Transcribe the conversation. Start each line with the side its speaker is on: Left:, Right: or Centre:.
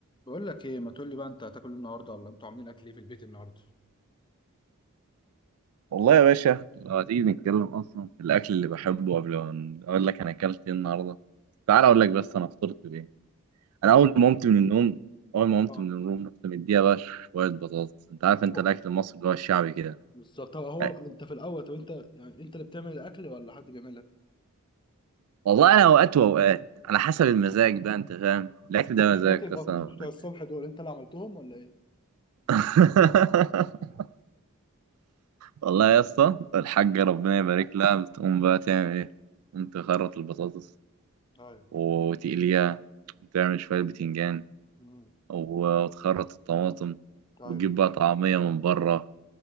Left: بقول لك ايه ما تقول لي بقى انت هتاكل إيه النهارده ولا انتوا عاملين اكل ايه في البيت النهارده
Right: والله يا باشا لو هتيجي نتكلم اصلا في الاكل اللي بحبه قبل ما ن- اقول لك انا اكلت ايه النهارده تعال اقول لك بس انا فطرت بايه
Left: ترتيب
Right: انا اول ما قمت من النوم اول ما قمت
Left: اه
Right: من النوم رحت مديها بقى شويه بطاطس انت عارف انت
Left: هو-
Right: الاكل المصري اللي هو الشعبي كده
Left: بالظبط طب هو
Right: يعني
Left: انت في الاول طب انت يعني انت اللي بتعمل الاكل ولا حد بيعمل لك؟
Right: والله انا اوقات واوقات على حسب المزاج بقى انت فاهم الاكل ده
Left: يعني شويه
Right: مزاج
Left: البطاطس
Right: قسما بالله
Left: بتوع الصبح دول انت اللي عملتهم ولا ايه؟
Right: <laughs> والله يا اسطى الحاجه ربنا يبارك لها بتقوم بقى تعمل ايه قوم تخرط البطاطس
Left: ايوه
Right: وتقليها وتعمل شويه بتنجان
Left: امم
Right: وتخرط الطماطم
Left: ايوه
Right: وتجيب بقى طعمية من بره